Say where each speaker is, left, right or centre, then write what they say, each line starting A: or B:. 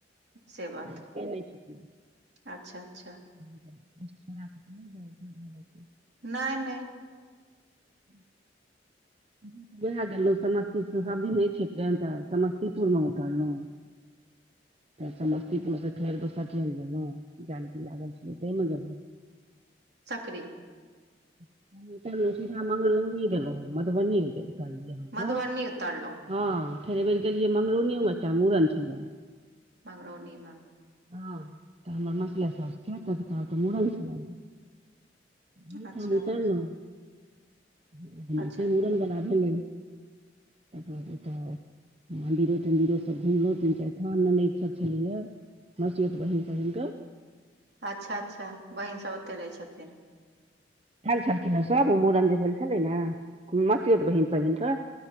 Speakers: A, on the right; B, on the right.
A: से बात
B: से नहि छुटलै
A: <inaudible> अच्छ अच्छ
B: <unintelligible>
A: नै नै
B: <inaudible> वएह गेलहुं समस्तीस सब दिन रहय छै ट्रेन तऽ समस्तीपुर मे उतरलहुँ त समस्तीपुर से फेर दोसर ट्रेन लेलहुं जानकी लागल छल तै मे गेलहुँ
A: सकरी
B: <inaudible> सीधा मंगरौनी गेलै मधबनी गेलै
A: मधुबनी
B: <inaudible>
A: उतरलहुँ
B: हँ फेर एहिबर गेलियै मंगरौनियोमे एकटा मूड़न छलै
A: मंगरौनी मऽ
B: हँ तऽ हमर मसिया साउस छै तिनका ओत मूड़न छलैन एहिठाम
A: अच्छा
B: उतरलहुं
A: अच्छा
B: <inaudible> मुड़न बला भेलै <unintelligible> त तऽ मंदिरो तंदिरो सब घुमलो तीन चार ठाम ननेद सब छलै यऽ मसियौत बहिन तहिन कऽ
A: अच्छा अच्छा बहिन सब ओते रहै छथिन
B: आएल छलखिन सब ओ मूड़न जे भेल छलै ने मसियौत बहिन सब हिनकर